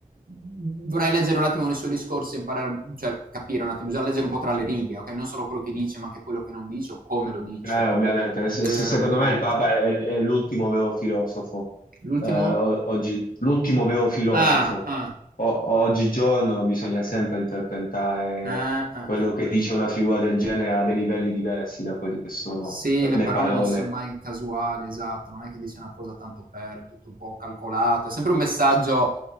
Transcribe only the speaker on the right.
vorrei leggere un attimo nei suoi discorsi, imparare, cioè capire un attimo, bisogna leggere un po' tra le righe, ok? Non solo quello che dice, ma anche quello che non dice o come lo dice.
Vedere
un po'.
L'ultimo?
Ah, ah,
ah,
ah, ah,
ah.
Sì,
le
parole
non sono mai casuali, esatto, non è che dice una cosa tanto per, è tutto un po' calcolato, è sempre un messaggio